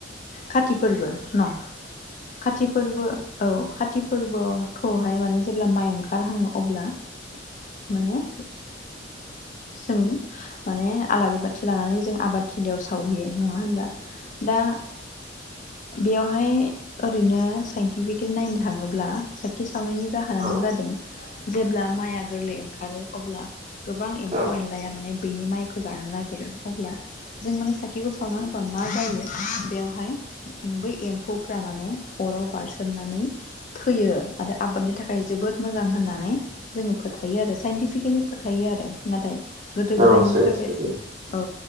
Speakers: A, on the left; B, on the right.
A: कति फोरबो न खाथि फोरबो। औ कति फोरबोखौहाय माने जेब्ला माइ ओंखारहङो अब्ला माने जों माने आलारि बाथि लानानै जों आबाद थलियाव सावहैयो नङा होनब्ला? दा बेवहाय ओरैनो साइन्टिफिकेलि नायनो थाङोब्ला। सााखि सावनायनि जाहोनानो
B: औ
A: जादों जेब्ला माइआ गोरलै ओंखारो अब्ला गोबां एम्फौ
B: औ
A: एनलाया माने बेनि माइखौ जानो नागिरो अब्ला जों माने साखिखौ सावना होबा मा जायो बेवहाय बै एम्फौफ्रा माने अराव बारसोमनानै थैयो आरो। आबादनि थाखाय जोबोद मोजां होननानै जोङो फोथायो आरो साइन्टिफिकेलि फोथायो आरो नाथाय गोदो
B: औ
A: गोदायनिफ्रायबाय
B: औ सैथो
A: औ